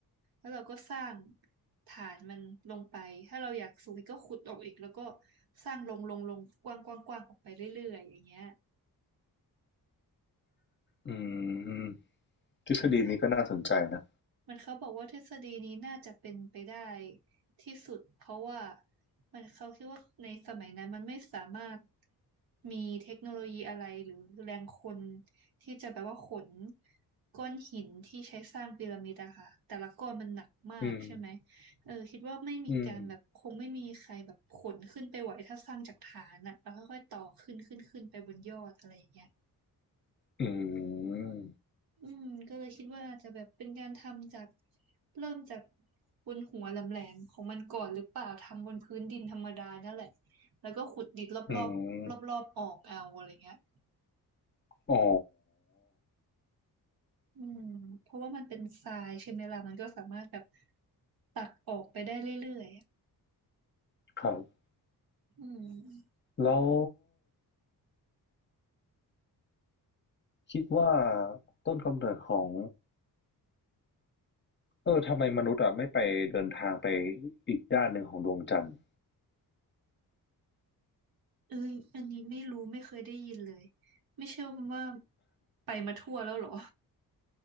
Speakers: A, on the right; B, on the left.
A: แล้วเราก็สร้างฐานมันลงไปถ้าเราอยากสูงอีกก็ขุดออกอีกแล้วก็สร้างลงลงลงกว้างกว้างกว้างออกไปเรื่อยๆอย่างเงี้ย
B: อืมทฤษฎีนี้ก็น่าสนใจนะ
A: มัน มันเขาบอกว่าทฤษฎีนี้น่าจะเป็นไปได้ที่สุดเพราะว่ามันเขาคิดว่าในสมัยนั้นมันไม่สามารถมีเทคโนโลยีอะไรหรือแรงคนที่จะแบบว่าขนก้อนหินที่ใช้สร้างพีระมิดอะค่ะแต่ละก้อนมันหนักมากใช่ไหม
B: อืม
A: เออคิดว่าไม่มีการแบบคงไม่มีใครแบบขนขึ้นไปไหวถ้าสร้างจากฐานอะแล้วค่อยๆต่อขึ้นขึ้นขึ้นไปบนยอดอะไรอย่างเงี้ย
B: อืมอืม
A: อืมก็เลยคิดว่าอาจจะแบบเป็นการทำจากเริ่มจากบนหัวแหลมๆของมันก่อนหรือเปล่าทำบนพื้นดินธรรมดานั่นแหละแล้วก็ขุดดินรอบๆรอบๆออกเอาอะไรเงี้ย
B: อืมอ๋อ
A: อืมเพราะว่ามันเป็นทรายใช่ไหมล่ะมันก็สามารถแบบตักออกไปได้เรื่อยๆอะ
B: ครับ
A: อืม
B: แล้วคิดว่าต้นกำเนิดของเออทำไมมนุษย์อะไม่ไปเดินทางไปอีกด้านหนึ่งของดวงจันทร์
A: เอ้ยอันนี้ไม่รู้ไม่เคยได้ยินเลยไม่เชื่อว่าไปมาทั่วแล้วเหรอ